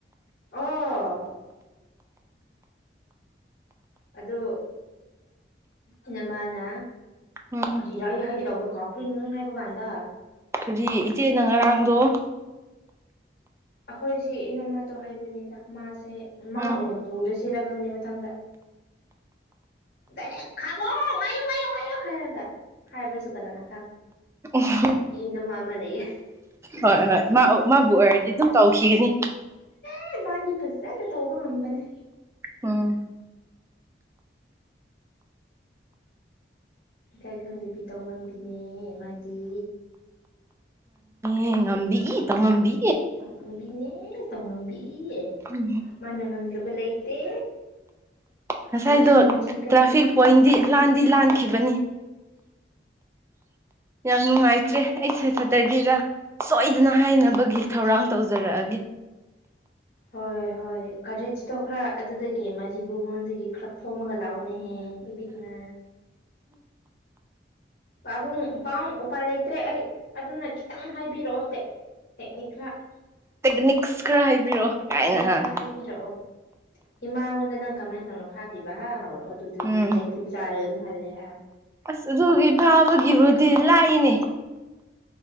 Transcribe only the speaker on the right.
ꯎꯝ
ꯍꯥꯏꯗꯤ ꯏꯆꯦꯅ ꯉꯔꯥꯡꯗꯣ
ꯎꯝ
ꯑꯣ
ꯍꯣꯏ ꯍꯣꯏ ꯃꯥ ꯃꯥꯕꯨ ꯑꯣꯏꯔꯗꯤ ꯑꯗꯨꯝ ꯇꯧꯈꯤꯒꯅꯤ
ꯎꯝ
ꯑꯦ ꯉꯝꯕꯤꯏ ꯇꯧꯉꯝꯕꯤ
ꯎꯝ
ꯉꯁꯥꯏꯗꯣ
ꯇ꯭ꯔꯥꯐꯤꯛ ꯄꯣꯏꯟꯗꯤ ꯂꯥꯟꯗꯤ ꯂꯥꯟꯈꯤꯕꯅꯤ ꯌꯥꯝ ꯅꯨꯡꯉꯥꯏꯇ꯭ꯔꯦ ꯑꯩꯁꯦ ꯁꯇꯔꯗꯦꯗ ꯁꯣꯏꯗꯅ ꯍꯥꯏꯅꯕꯒꯤ ꯊꯧꯔꯥꯡ ꯇꯧꯖꯔꯛꯑꯒꯦ
ꯇꯦꯛꯅꯤꯛꯁ ꯈꯔ ꯍꯥꯏꯕꯤꯔꯛꯑꯣ
ꯀꯥꯏꯅ
ꯍꯥꯏ
ꯎꯝ
ꯑꯁ ꯑꯗꯨꯒꯤ ꯐꯥꯕꯒꯤꯕꯨꯗꯤ ꯂꯥꯏꯅꯦ